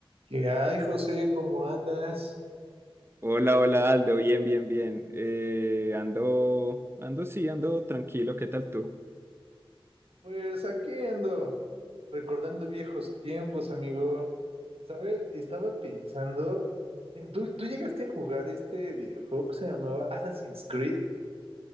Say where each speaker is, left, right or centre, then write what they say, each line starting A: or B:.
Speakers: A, on the right; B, on the right.
A: ¿Qué hay, José? ¿Cómo andas?
B: Hola, hola Aldo, bien, bien, bien. Eh, ando, ando, sí, ando tranquilo, ¿qué tal tú?
A: Pues aquí ando, recordando viejos tiempos, amigo. ¿Sabes? Estaba pensando en tú, tú llegaste a jugar este videojuego que se llamaba Assassin's Creed,